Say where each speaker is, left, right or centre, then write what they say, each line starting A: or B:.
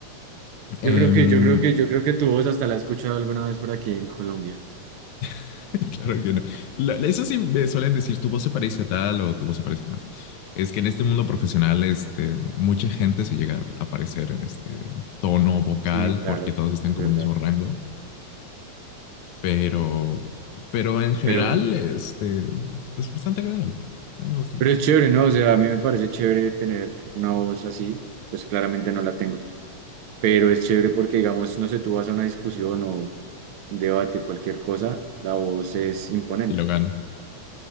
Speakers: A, on the right (about 65°); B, on the left (about 80°).
A: Yo
B: Em,
A: creo que, yo creo que, yo creo que tu voz hasta la he escuchado alguna vez por aquí en Colombia.
B: <laughs> claro que no. la- eso sí me suelen decir, tu voz se parece a tal o tu voz se parece a no. Es que en este mundo profesional, este, mucha gente se llega a parecer en este tono vocal
A: Sí, claro,
B: porque todos están
A: es
B: como
A: verdad.
B: en el mismo rango, pero, pero en general,
A: Pero
B: este, es bastante agradable. A mí me gusta mucho
A: Pero es chévere, ¿no? O sea, a mí me parece chévere tener una voz así, pues claramente no la tengo, pero es chévere porque, digamos, no sé, tú vas a una discusión o un debate, cualquier cosa, la voz es imponente
B: y lo gano.